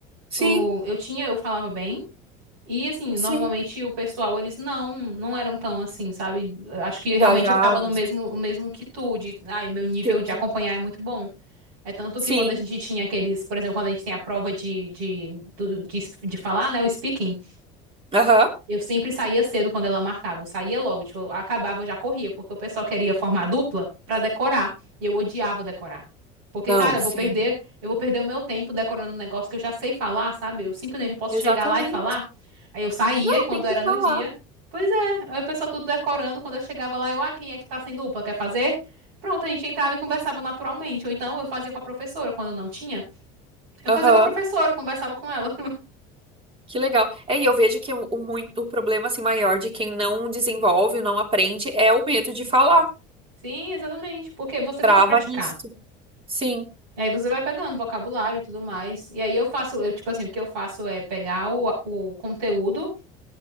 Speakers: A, on the right; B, on the right.
A: Sim,
B: o- eu tinha, eu falava bem. E assim,
A: sim.
B: normalmente o pessoal, eles não, não eram tão assim, sabe? Acho que
A: Engajados.
B: realmente eu ficava no mesmo, o mesmo que tu, de, ai, o meu nível
A: Entendi.
B: de acompanhar é muito bom. É tanto
A: Sim.
B: que quando a gente tinha aqueles, por exemplo, quando a gente tem a prova de, de, do- de, de falar, né, o speaking,
A: Aham.
B: eu sempre saía cedo quando ela marcava. Eu saía logo, tipo, eu acabava, eu já corria, porque o pessoal queria formar dupla pra decorar. E eu odiava decorar. Porque,
A: Não,
B: cara, eu
A: sim.
B: vou perder, eu vou perder o meu tempo decorando um negócio que eu já sei falar, sabe? Eu simplesmente eu posso
A: Exatamente.
B: chegar lá e falar. Aí eu saía
A: Não,
B: e quando
A: tem que
B: era
A: falar.
B: no dia, pois é, aí o pessoal tudo decorando, quando eu chegava lá, eu, ah, quem é que tá sem dupla, quer fazer? Pronto, a gente entrava e conversava naturalmente. Ou então eu fazia com a professora, quando não tinha. Eu
A: Aham,
B: fazia com a professora, conversava com ela.
A: que legal. É, e eu vejo que o, o, muito, o problema assim, maior de quem não desenvolve, não aprende, é o medo de falar.
B: <laughs> Sim, exatamente. Porque você
A: Trava
B: tem que praticar.
A: nisso. Sim,
B: E aí você vai pegando vocabulário e tudo mais. E aí eu faço, eu, tipo assim, o que eu faço é pegar o, o conteúdo